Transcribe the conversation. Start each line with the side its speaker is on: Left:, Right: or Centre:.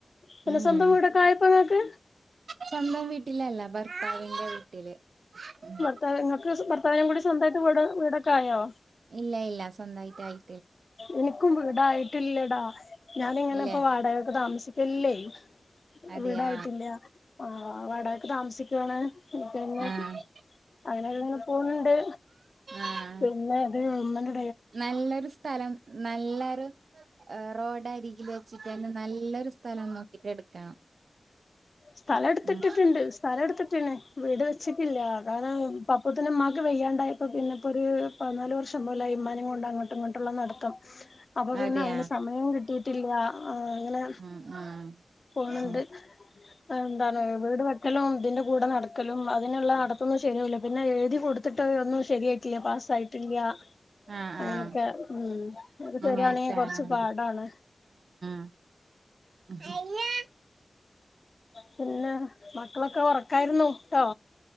Left: പിന്നെ
Right: ഉം
Left: സ്വന്തം വീടൊക്കെ ആയപ്പൊ ഇങ്ങക്ക്
Right: സ്വന്തം വീട്ടിലല്ല ഭർത്താവിന്റെ വീട്ടില് ഉം
Left: നിങ്ങൾക്ക് ഭർത്താവിനും കൂടി സ്വന്തായിട്ട് വീ വീടൊക്കെ ആയോ
Right: ഇല്ല ഇല്ല സ്വന്തായിട്ടായി
Left: എനിക്കും വീടായിട്ടില്ലെടാ ഞാനിങ്ങനെ
Right: ഇല്ലേ
Left: ഇപ്പൊ വാടകക്ക് താമസിക്കില്ലേ
Right: അതെയാ
Left: വീടായിട്ടില്ല ആഹ് വാടകക്ക് താമസിക്കുവാണ് പിന്നെ
Right: ആഹ്
Left: അങ്ങനെങ്ങനെ പോന്നുണ്ട്
Right: ആഹ്
Left: പിന്നെ അത് ഇമ്മന്റെ
Right: നല്ലൊരു സ്ഥലം നല്ലൊരു റോഡരികില് വച്ചിട്ട് തന്നെ നല്ലൊരു സ്ഥലം നോക്കിട്ട് എടുക്കണം
Left: സ്ഥലം എടുത്തിട്ടിട്ടുണ്ട്
Right: ഉം
Left: സ്ഥലം എടുത്തിട്ട്ണ് വീട് വെച്ചിട്ടില്ല കാരണം അപ്പോത്തിന് ഇമ്മാക്ക് വയ്യാണ്ടയപ്പൊ പിന്നെ ഇപ്പോ ഒരു പതിനാല് വർഷം ഒന്നൂല ഇമ്മാനേം കൊണ്ട് അങ്ങോട്ടും ഇങ്ങോട്ടുള്ള നടത്തം അപ്പൊ പിന്നെ
Right: അതെയാ
Left: അതിന് സമയം കിട്ടിയിട്ടില്ല അങ്ങനെ
Right: ഉം ഉം
Left: പോണണ്ട്
Right: ഉം
Left: എന്താണ് വീട് വെക്കലും ഇതിന്റെ കൂടെ നടക്കലും അതിനുള്ള നടത്തൊന്നും ശരിയാവില്ല പിന്നെ എഴുതി കൊടു ത്തിട്ട് ഒന്നും ശരിയായിട്ടില്ല പാസായിട്ടില്ല
Right: ആഹ്
Left: അങ്ങനെ
Right: ആഹ്
Left: ഒക്കെ ഉം അത് ശരിയാണെങ്കിൽ
Right: അങ്ങനെയൊക്കെയാണ്
Left: കൊറച്ച് പാടാണ്
Right: ഉം
Left: പിന്നെ മക്കളൊക്കെ ഉറക്കായിരുന്നു ട്ടോ